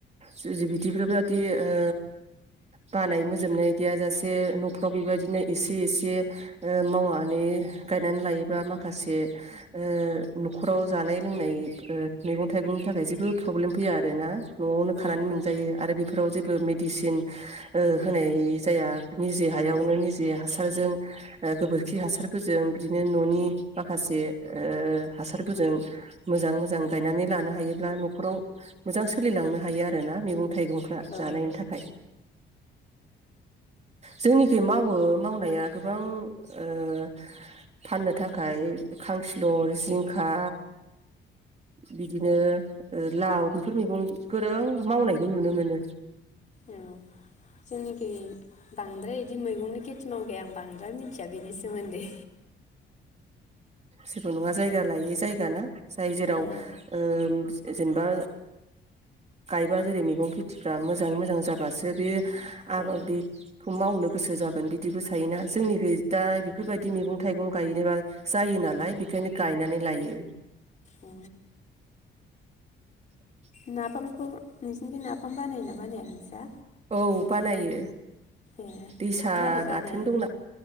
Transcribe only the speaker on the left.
औ
औ
उम
औ
औ
औ
औ जोंनिखै बांद्राय इदि मैगंनि खेथि मावगै आं बांद्राय मिथिया बिनि सोमोन्दै।
औ
औ
अ
नाफामखौ नोंसिनिखै नाफाम बानायोना बानाया नोंसा?
ए
मारै बानायो